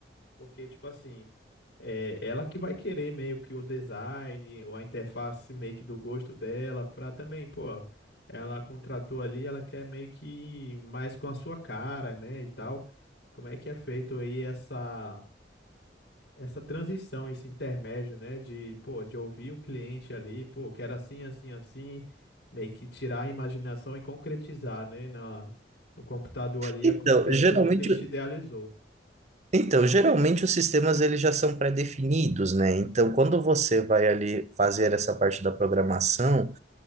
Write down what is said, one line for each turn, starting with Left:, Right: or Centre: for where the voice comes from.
Left: Porque, tipo assim, é ela que vai querer meio que o design ou a interface meio que do gosto dela pra também, pô, ela contratou ali, ela quer meio que mais com a sua cara, né, e tal. Como é que é feito aí essa essa transição, esse intermédio, né, de, pô, de ouvir o cliente ali, pô, quero assim, assim, assim, meio que tirar a imaginação e concretizar, né, na, no computador ali,
Right: Então,
Left: é como a pessoa,
Right: geralmente,
Left: o cliente idealizou.
Right: então, geralmente os sistemas eles já são pré-definidos, né? Então, quando você vai ali fazer essa parte da programação,